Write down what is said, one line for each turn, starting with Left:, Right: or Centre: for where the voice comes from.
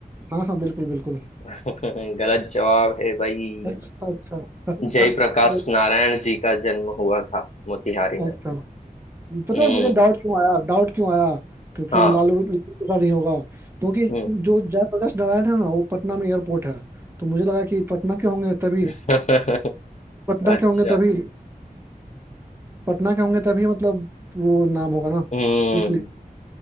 Right: हाँ हाँ बिल्कुल बिल्कुल
Left: <laughs> गलत जवाब है भाई
Right: अच्छा अच्छा <laughs>
Left: जयप्रकाश
Right: तो-
Left: नारायण जी का जन्म हुआ था मोतिहारी
Right: अच्छा
Left: में
Right: पता
Left: हम्म
Right: है मुझे डाउट क्यों आया डाउट क्यों आया क्योंकि
Left: हाँ
Right: लालू लालू के साथ ही होगा क्योंकि
Left: हम्म
Right: जो जयप्रकाश नारायण है ना वो पटना में एयरपोर्ट है तो मुझे लगा कि पटना के होंगे तभी
Left: <laughs>
Right: पटना
Left: अच्छा
Right: के होंगे तभी पटना के होंगे तभी मतलब वो नाम होगा ना
Left: हम्म
Right: इसलिए